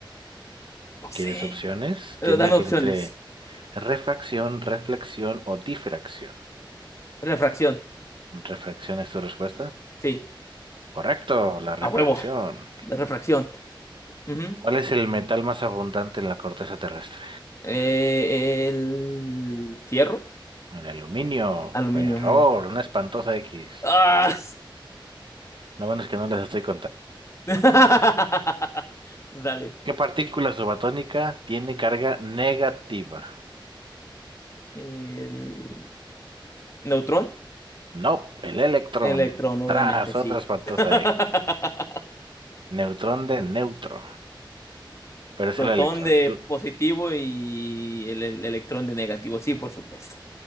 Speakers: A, on the left; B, on the right.
A: no sé.
B: ¿quieres opciones?
A: Pero
B: Tienes
A: dame opciones.
B: entre refracción, reflexión o difracción.
A: Refracción,
B: ¿Refracción es tu respuesta?
A: sí,
B: Correcto, la refracción.
A: a huevo, refracción. Ujú.
B: ¿Cuál es el metal más abundante en la corteza terrestre?
A: Eh, el fierro,
B: El aluminio.
A: aluminio.
B: Error,
A: mm.
B: una espantosa X.
A: Ah.
B: Lo bueno es que no les estoy contando.
A: <laughs> Dale.
B: ¿Qué partícula subatónica tiene carga negativa?
A: El neutrón,
B: No, el electrón.
A: electrón, obviamente,
B: Tras,
A: sí.
B: otra espantosa
A: <laughs>
B: X. Neutrón de neutro. Pero es
A: protón
B: el electrón.
A: de
B: Tú-
A: positivo y el, el electrón de negativo. Sí, por supuesto.